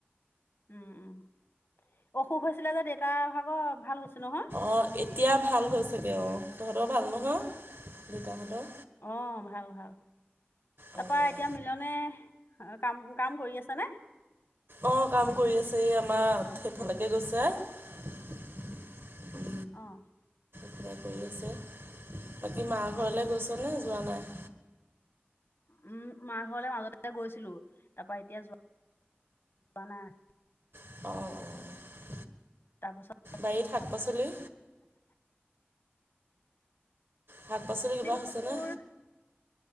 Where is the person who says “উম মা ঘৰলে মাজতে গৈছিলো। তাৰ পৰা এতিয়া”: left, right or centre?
Left